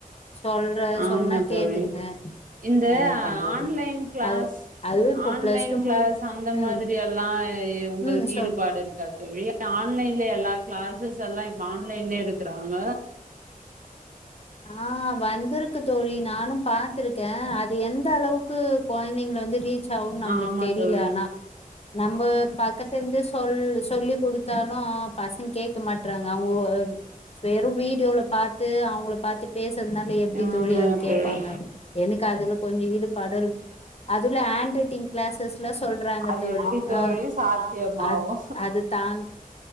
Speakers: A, on the left; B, on the right.
A: சொல்ற
B: ஆமா
A: சொன்னா கேட்டுக்குனு
B: தோழி இந்த
A: என்ன பண்றது
B: ஆன்லைன் கிளாஸ்
A: அது அதுவு இப்போ
B: ஆன்லைன்
A: பிளஸ் டூ
B: கிளாஸ்
A: மு
B: அந்த
A: ம்
B: மாதிரி எல்லா உங்களுக்கு
A: ம் சொல்
B: ஈடு பாடு இருக்கா தோழி ஆன்லைன்ல எல்லா கிளாசஸ் எல்லா இப்ப ஆன்லைன்லே எடுக்குறாங்க
A: ஆ வந்திருக்கு தோழி நானு பாத்துரு க்கே அது எந்தளவுக்கு கொழ்ந்தைங்ள வந்து ரீச்சாவுன் நம்ளுக்
B: ஆமா
A: தெரில
B: தோழி
A: ஆனா நம்ப பக்கத்துலந்து சொல் சொல்லிக்குடு த்தாலு‌ பசங்கேக்க மாட்றாங்க அவுங்க வெறு வீடியோல பாத்து அவுங்கள பாத் பேசற்னால எப்டி
B: ஆமா
A: தோழி அது கேப்பாங்க
B: தோழி
A: எனக்கு அதுல கொஞ்சொ ஈடுபாடு அதுல ஆண்ட் ரட்டிங் கிளாஸஸ்லா சொல்றாங்க
B: அது
A: தோழி
B: எப்டி தோழி
A: ஆ
B: சாத்தியமாவு
A: அ அது தாங்